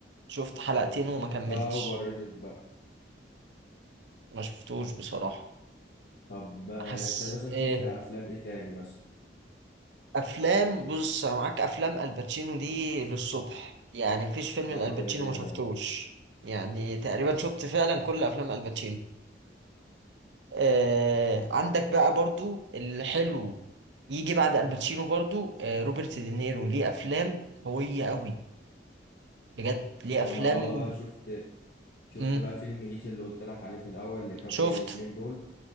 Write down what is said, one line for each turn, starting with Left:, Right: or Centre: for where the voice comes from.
Right: شفت حلقتين وما كملتش
Left: ده اوفر ريتد بقى
Right: ما شفتوش بصراحة
Left: طب ما
Right: حس
Left: انت مثلا
Right: إيه
Left: شفت افلام ايه تاني مثلا
Right: افلام بص انا معاك افلام الباتشينو دي للصبح يعني مفيش فيلم
Left: اه
Right: الالباتشينو
Left: كده كده
Right: ما شفتوش يعني تقريبا شفت فعلا كل افلام الباتشينو آه عندك بقى برضو الحلو يجي بعد الباتشينو برضو آه روبرت دينيرو ليه افلام قوية قوي بجد ليه
Left: اه
Right: افلام
Left: ما هو بقى شفت شفت
Right: مم.
Left: بقى فيلم هيت اللي قلت لك عليه في الاول اللي كان
Right: شفت
Left: فيه الاتنين دول